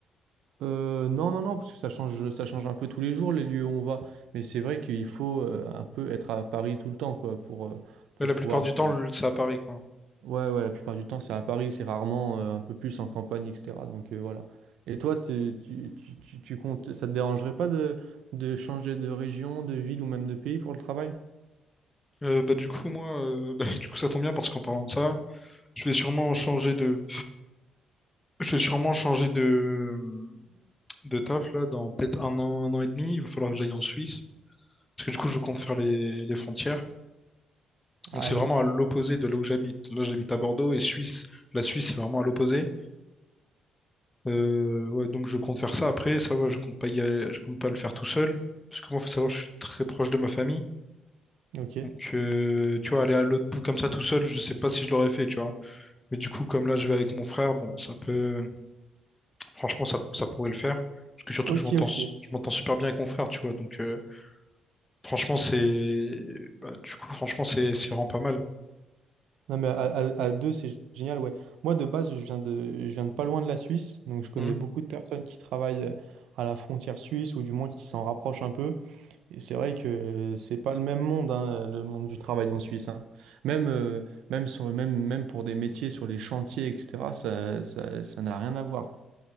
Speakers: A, on the right; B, on the left.
A: Euh, non, non, non, parce que ça change, ça change un peu tous les jours, les lieux où on va. Mais c'est vrai qu'il faut euh, un peu être à Paris tout le temps, quoi, pour, euh, pour
B: Ouais, La
A: pouvoir.
B: plupart du temps, le- c'est à Paris, quoi.
A: Ouais, ouais, la plupart du temps, c'est à Paris, c'est rarement euh, un peu plus en campagne, etc. Donc euh, voilà. Et toi, t'es- tu, tu, tu, tu comptes, ça te dérangerait pas de, de changer de région, de ville ou même de pays pour le travail?
B: Euh, bah, du coup, moi, euh, <laughs> bah, du coup, ça tombe bien parce qu'en parlant de ça, je vais sûrement changer de, je vais sûrement changer de, de taf là dans peut-être un an, un an et demi. Il va falloir que j'aille en Suisse parce que du coup, je compte faire les, les frontières.
A: Ah
B: Donc, c'est
A: ouais,
B: vraiment à l'opposé de là où j'habite. Là, j'habite à Bordeaux et Suisse, la Suisse, c'est vraiment à l'opposé. Euh, ouais, donc, je compte faire ça après. Ça va, je compte pas y aller- je compte pas le faire tout seul parce que moi, faut savoir, je suis très proche de ma famille.
A: ok.
B: Donc, euh, tu vois, aller à l'autre bout comme ça tout seul, je sais pas si je l'aurais fait, tu vois. Mais du coup, comme là, je vais avec mon frère, bon, ça peut, franchement, ça, ça pourrait le faire. Parce que surtout
A: Ok,
B: que je m'entends,
A: ok.
B: su- je m'entends super bien avec mon frère, tu vois. Donc, euh, franchement, c'est, bah, du coup, franchement, c'est, c'est vraiment pas mal.
A: Non mais à, à- à deux, c'est génial, ouais. Moi, de base, je viens de, je viens de pas loin de la Suisse, donc je connais
B: Hmm.
A: beaucoup de personnes qui travaillent euh, à la frontière suisse, ou du moins qui s'en rapprochent un peu. Et c'est vrai que euh, c'est pas le même monde, hein, le monde du travail en Suisse. hein. Même, euh, même, sur, même, même pour des métiers sur les chantiers, etc., ça, ça, ça n'a rien à voir.